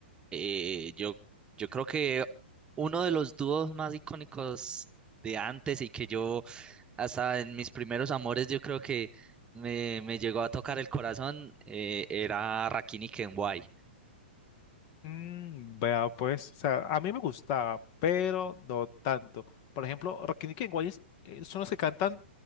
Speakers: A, on the right; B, on the left.
A: Eh, yo, yo creo que uno de los dúos más icónicos de antes y que yo hasta en mis primeros amores yo creo que me, me llegó a tocar el corazón eh, era Rakim y Kenway.
B: Mm, vea, pues, o sea, a mí me gustaba, pero no tanto. Por ejemplo, Rakini Kenway eh, son los que cantan